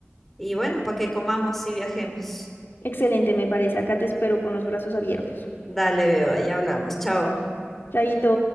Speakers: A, in the centre; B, on the left.
A: y bueno, para que comamos y viajemos.
B: Excelente, me parece. Acá te espero con los brazos abiertos.
A: Dale, beba, ya hablamos. Chao.
B: Chaito.